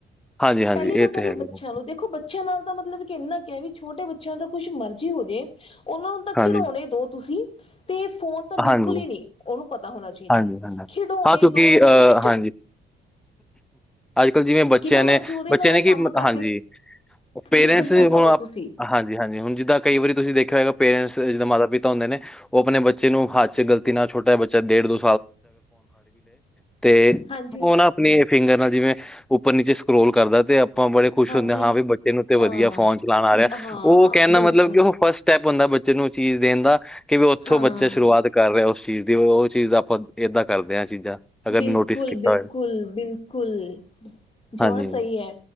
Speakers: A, in the centre; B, on the left.
A: ਹਾਂਜੀ ਹਾਂਜੀ
B: ਪਹਿਲੀ ਗੱਲ
A: ਇਹ ਤੇ
B: ਰਹੀ
A: ਹੈਗਾ
B: ਬੱਚਿਆਂ ਦੇਖੋ ਬੱਚਿਆਂ ਨਾਲ ਤਾਂ ਮਤਲਬ ਕਿ ਇੰਨਾ ਕ ਵੀ ਛੋਟੇ ਬੱਚਿਆਂ ਦਾ ਕੁੱਛ ਮਰਜ਼ੀ ਹੋ ਜੇ ਉਹਨਾਂ ਨੂੰ ਤਾਂ
A: ਹਾਂਜੀ
B: ਖਿਡੋਣੇ ਦੋ ਤੁਸੀਂ ਤੇ ਫੋਨ ਤਾਂ ਬਿਲਕੁਲ
A: ਹਾਂਜੀ
B: ਹੀ ਨਹੀਂ ਉਹਨੂੰ ਪਤਾ ਹੋਣਾ ਚਾਹੀਦਾ
A: ਹਾਂਜੀ ਹਾਂਜੀ
B: ਖਿਡੌਣੇ
A: ਹਾਂ ਕਿਉਂਕਿ
B: ਦੋ
A: ਅ
B: ਕੁਛ
A: ਹਾਂਜੀ ਅੱਜ ਕੱਲ੍ਹ ਜਿਵੇਂ ਬੱਚਿਆਂ
B: ਕਿਵੇਂ ਮਰਜੀ
A: ਨੇ
B: ਉਹਦੇ
A: ਬੱਚਿਆਂ
B: ਨਾਲ
A: ਨੇ ਕਿ
B: ਕੰਮ ਕਰਦੇ
A: ਹਾਂਜੀ ਪੇਰੈਂਟਸ
B: ਵੀ ਗੱਲਾਂ
A: ਹੁਣ
B: ਕਰੋ ਤੁਸੀਂ
A: ਹਾਂਜੀ ਹਾਂਜੀ ਹੁਣ ਜਿੱਦਾਂ ਕਈ ਵਾਰੀ ਤੁਸੀਂ ਦੇਖਿਆ ਹੋਏਗਾ ਪੇਰੈਂਟਸ ਜਿੱਦਾਂ ਮਾਤਾ- ਪਿਤਾ ਹੁੰਦੇ ਨੇ। ਉਹ ਆਪਣੇ ਬੱਚੇ ਨੂੰ ਹੱਦ ਚ ਗਲਤੀ ਨਾਲ ਛੋਟਾ ਹੈ ਬੱਚਾ ਡੇਢ ਦੋ <unintelligible>
B: ਹਾਂਜੀ
A: ਉਹ ਨਾ ਆਪਣੀ ਫਿੰਗਰ ਨਾਲ਼ ਜਿਵੇਂ ਉੱਪਰ ਨੀਚੇ ਸਕਰੋਲ ਕਰਦਾ ਤੇ ਆਪ ਆਪਾਂ ਬੜੇ ਖੁਸ਼
B: ਹਾਂਜੀ
A: ਹੁਣੇ ਆ ਵੀ ਬੱਚੇ ਨੂੰ ਤੇ
B: ਹਾਂ
A: ਵਧੀਆਂ ਫ਼ੋਨ ਚਲਾਣਾ ਆ ਰਿਹਾ
B: ਹਾਂ
A: ਉਹ ਕਹਿਣ
B: ਬਿਲਕੁਲ
A: ਦਾ ਮਤਲਬ ਕਿ ਉਹ ਫਸਟ ਸਟੈਪ ਹੁੰਦਾ ਬੱਚੇ ਨੂੰ ਚੀਜ਼ ਦੇਣ ਦਾ ਕਿ ਵੀ ਉੱਥੋਂ
B: ਹਾਂ
A: ਬੱਚੇ ਸ਼ੁਰੂਆਤ ਕਰ ਰਿਹਾ ਉਸ ਚੀਜ਼ ਦੀ ਉਹ ਚੀਜ਼ ਆ ਏਦਾਂ ਕਰਦੇ ਆ ਚੀਜ਼ਾਂ ਅਗਰ
B: ਬਿਲਕੁਲ,
A: ਨੋਟਿਸ ਕੀਤਾ
B: ਬਿਲਕੁਲ,
A: ਹੋਇਆ
B: ਬਿਲਕੁਲ ਜੋ
A: ਹਾਂਜੀ
B: ਸਈ ਐ।